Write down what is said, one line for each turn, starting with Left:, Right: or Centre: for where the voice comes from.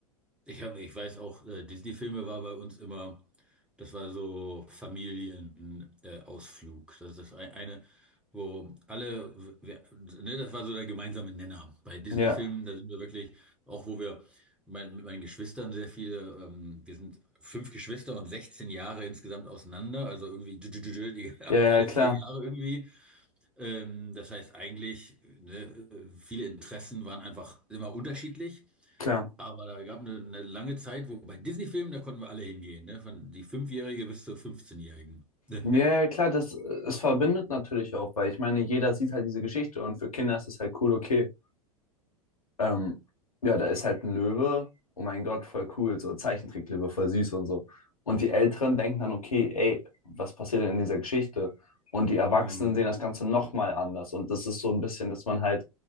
Centre: Ich habe, ich weiß auch, äh, Disney-Filme war bei uns immer, das war so Familienausflug. Äh, Ausflug. das ist ein, eine, wo alle, wer, ne, das war so der gemeinsame Nenner. Bei Disney-Filmen,
Left: Ja,
Centre: da sind wir wirklich, auch wo wir mein, mit meinen Geschwistern sehr viele, ähm, wir sind fünf Geschwister und 16 Jahre insgesamt auseinander, also irgendwie d- d- d- die <laughs> haben
Left: ja,
Centre: alle
Left: ja, klar,
Centre: vier Jahre irgendwie. Ähm, das heißt eigentlich, ne, äh, viele Interessen waren einfach immer unterschiedlich.
Left: klar.
Centre: Aber da gab eine, eine lange Zeit, wo bei Disney-Filmen, da konnten wir alle hingehen, ne? Von die Fünfjährige bis zur fünfzehnjährigen <laughs>
Left: Ja, ja, klar, das, es verbindet natürlich auch, weil ich meine, jeder sieht halt diese Geschichte und für Kinder ist es halt cool, okay. Ähm, ja, da ist halt ein Löwe, oh mein Gott, voll cool, so Zeichentricklöwe, voll süß und so. Und die Älteren denken dann, okay, ey, was passiert denn in dieser Geschichte? Und die Erwachsenen
Centre: Hm,
Left: sehen das Ganze nochmal anders. Und das ist so ein bisschen, dass man halt,